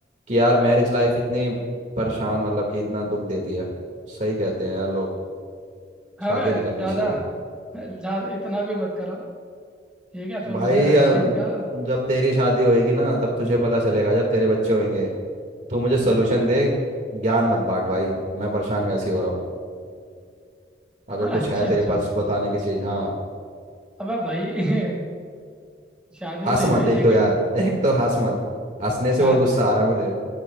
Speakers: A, on the right; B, in the centre.
A: कि यार मैरिज लाइफ इतनी परेशान मतलब कि इतना दुख देती है सही कहते हैं यार लोग
B: अबे
A: शादी नहीं करनी
B: ज़्यादा
A: चाहिए
B: ज़्यादा इतना भी मत करो ठीक है सोल्यूशन
A: भाई
B: है हर
A: अ,
B: चीज़ का
A: जब तेरी शादी होएगी ना तब तुझे पता चलेगा जब तेरे बच्चे होंगे तू मुझे सोल्यूशन दे ज्ञान मत बांट भाई मैं परेशान वैसे ही हो रहा हूँ
B: <laughs>
A: अगर कुछ
B: अच्छा
A: है
B: अच्छा
A: तेरे पास बताने की चीज़ हाँ
B: अबे भाई <laughs> शादी
A: हंस
B: नहीं हुई
A: मत
B: लेकिन
A: एक तो यार एक तो हंस मत हंसने से
B: शा,
A: और गुस्सा आ रहा है मुझे